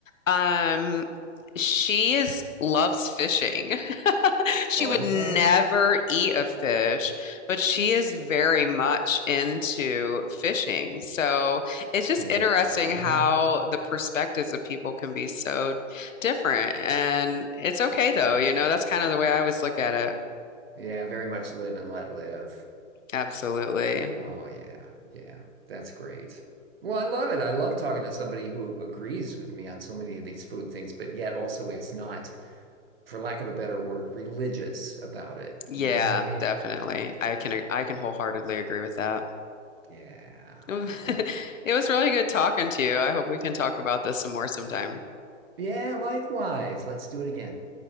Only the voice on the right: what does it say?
Okay.
Yeah.
Yeah.
Oh, yeah.
Yeah, very much live and let live.
Oh, yeah. Yeah. That's great. Well, I love it. I love talking to somebody who agrees with me on so many of these food things, but yet also is not, for lack of a better word, religious about it.
You know what I mean?
Yeah.
Well.
Yeah, likewise. Let's do it again.